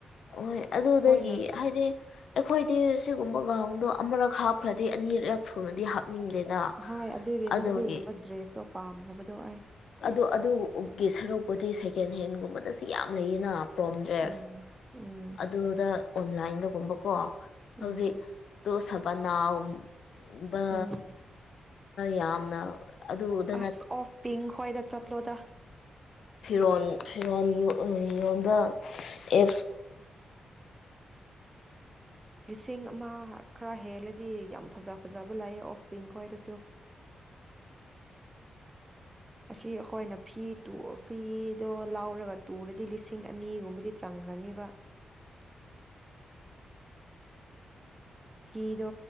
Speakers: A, on the left; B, on the right.
A: ꯍꯣꯏ ꯑꯗꯨꯗꯒꯤ
B: ꯍꯣꯏꯅ
A: ꯍꯥꯏꯗꯤ ꯑꯩꯈꯣꯏꯗꯤ ꯁꯤꯒꯨꯝꯕ ꯒ꯭ꯔꯥꯎꯟꯗꯣ ꯑꯃꯔꯛ ꯍꯥꯞꯄ ꯈꯔꯗꯤ ꯑꯅꯤꯔꯛ ꯁꯨꯅꯗꯤ ꯍꯥꯞ ꯍꯥꯞꯅꯤꯡꯗꯦꯅ
B: ꯍꯣꯏ ꯑꯗꯨꯒꯤꯅꯦ
A: ꯑꯗꯨꯒꯤ
B: ꯑꯗꯨꯒꯨꯝꯕ ꯗ꯭ꯔꯦꯁꯇꯣ ꯄꯥꯝꯗꯕꯗꯣ ꯑꯩ
A: ꯑꯣ ꯑꯗꯨꯒꯤ ꯁꯔꯨꯛꯄꯨꯗꯤ ꯁꯦꯀꯦꯟ ꯍꯦꯟꯒꯨꯝꯕꯗꯁꯨ ꯌꯥꯝ ꯂꯩꯌꯦꯅ ꯄ꯭ꯔꯣꯝ ꯗ꯭ꯔꯦꯁ
B: ꯎꯝ ꯎꯝ
A: ꯑꯗꯨꯗ ꯑꯣꯟꯂꯥꯏꯟꯗꯒꯨꯝꯕ ꯀꯣ ꯍꯧꯖꯤꯛ
B: ꯎꯝ
A: ꯇꯣ ꯁꯕꯅꯥꯎ ꯕ
B: ꯎꯝ
A: ꯌꯥꯝꯅ ꯑꯗꯨꯗ
B: ꯑꯁ ꯑꯣꯐ ꯄꯤꯡ ꯈ꯭ꯣꯏꯗ ꯆꯠꯂꯣꯗ
A: ꯐꯤꯔꯣꯜ ꯐꯤꯔꯣꯜ ꯌꯣꯟꯕ ꯑꯦꯞ <inaudible>
B: ꯂꯤꯁꯤꯡ ꯑꯃ ꯈꯔ ꯍꯦꯜꯂꯗꯤ ꯌꯥꯝ ꯐꯖ ꯐꯖꯕ ꯂꯩꯑꯦ ꯑꯣꯐ ꯄꯤꯡ ꯍꯣꯏꯗꯁꯨ ꯑꯁꯤ ꯑꯩꯈꯣꯏꯅ ꯐꯤ ꯐꯤꯗꯣ ꯂꯥꯎꯔꯒ ꯇꯨꯔꯗꯤ ꯂꯤꯁꯤꯡ ꯑꯅꯤꯒꯨꯝꯕꯗꯤ ꯆꯪꯈ꯭ꯔꯅꯦꯕ ꯐꯤꯗꯣ